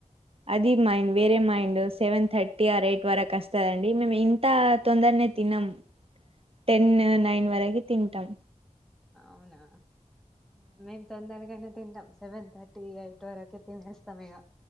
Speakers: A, on the right; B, in the centre.
A: అది మైండ్ వేరే mind seven thirty or eight వరకు వస్తదండి మేము ఇంత తొందర తినం టెన్ నైన్ వరకు తింటం
B: అవునా? మేము తొందరగానే తింటాం సెవెన్ థర్టీ ఎయిట్ వరకె తినేస్తాం ఇక